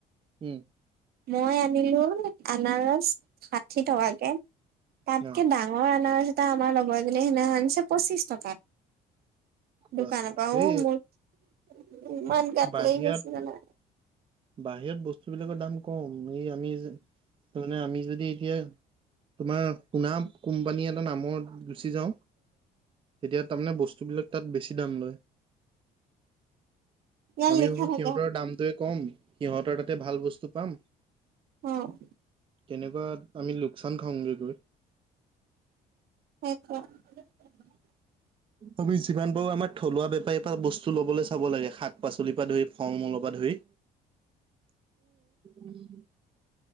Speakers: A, on the right; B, on the right.
A: হুম।
B: মই আনিলোঁ আনাৰস ষাঠি টকাকে, তাতকে
A: অ
B: দাম <unintelligible> আনাৰস এটা আমাৰ লগৰ এজনী সেইদিনাখন আনিছে পঁচিশ টকাট
A: বা
B: দোকানৰ পৰা
A: সেই
B: ও মোৰ ইমান গাত
A: বাহিৰত
B: লাগি গৈছে জানা।
A: বাহিৰত বস্তু বিলাকৰ দাম কম এই আমি যে, মানে আমি যদি এতিয়া তোমাৰ সোনা কোম্পানী এটা নামৰ ছি যাওঁ, তেতিয়া তাৰ মানে বস্তুবিলাক তাত বেছি দাম লয়।
B: ইয়াত
A: আমি
B: লিখা
A: ভাবোঁ
B: থাকে
A: সিহঁতৰ দামটোৱে কম, সিহঁতৰ তাতে ভাল বস্তু পাম।
B: অ'।
A: তেনেকুৱাত আমি লোকচান খাওঁগে গৈ।
B: সেই <unintelligible> <unintelligible>
A: আমি যিমান পাৰোঁ আমাৰ থলুৱা বেপাৰীৰ পৰা বস্তু লবলৈ চাব লাগে শাক পাচলিৰ পৰা ধৰি ফল মূলৰ পৰা ধৰি। উম।